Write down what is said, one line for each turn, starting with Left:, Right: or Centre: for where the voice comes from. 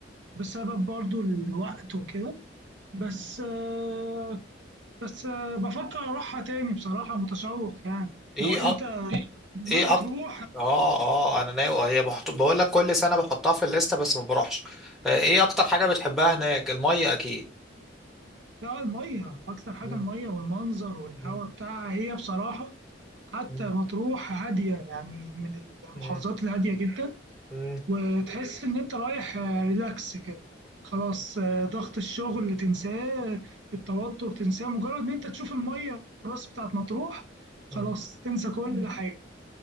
Right: بسبب برضو الوقت وكده بس آه، بس آه، بفكر اروحها تاني بصراحه متشوق يعني
Centre: ايه
Right: لو انت ناوي
Centre: ايه
Right: تروح
Centre: أك... اه اه انا ناوي هي بحط... بقول لك كل سنه بحطها في الليسته بس ما بروحش آه، ايه اكتر حاجه بتحبها هناك الميه اكيد
Right: لا الميه اكتر حاجه
Centre: مم،
Right: الميه والمنظر والهواء
Centre: مم،
Right: بتاعها هي بصراحه حتى
Centre: مم،
Right: مطروح هاديه يعني من المحافظات
Centre: مم،
Right: الهاديه جدا
Centre: مم،
Right: وتحس إن أنت رايح آه، ريلاكس كده خلاص آه، ضغط الشغل اللي تنساه التوتر تنساه مجرد إن أنت تشوف المية الراس بتاعت مطروح خلاص
Centre: مم.
Right: تنسى كل حاجة